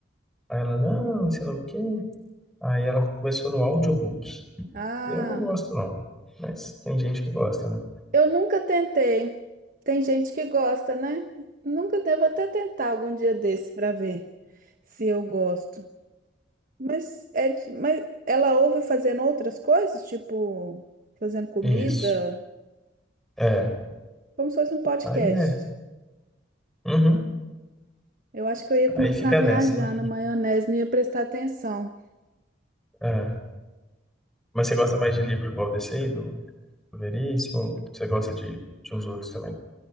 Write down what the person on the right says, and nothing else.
Ah,
eu nunca tentei. Tem gente que gosta, né? Nunca devo até tentar algum dia desse pra ver se eu gosto. Mas é, de- mas ela ouve fazendo outras coisas, tipo fazendo comida,
como se fosse um podcast.
Eu acho que eu ia começar
a viajar
na maionese, não ia prestar atenção.